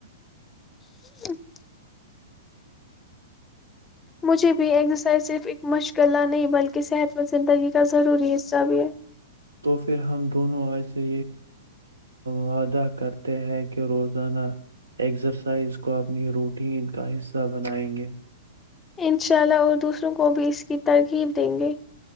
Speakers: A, on the left; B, on the right.
A: <inaudible> مجھے بھی ایکزرسائز صرف ایک مشغلہ نہیں بلکہ صحت مند زندگی کا ضروری حصہ بھی ہے
B: تو پھر ہم دونوں آج سے وعدہ کرتے ہیں کہ روزانہ ایکسرسائز کو اپنی روٹین کا حصہ بنائیں گے
A: انشاء اللہ اور دوسروں کو بھی اس کی ترغیب دیں گے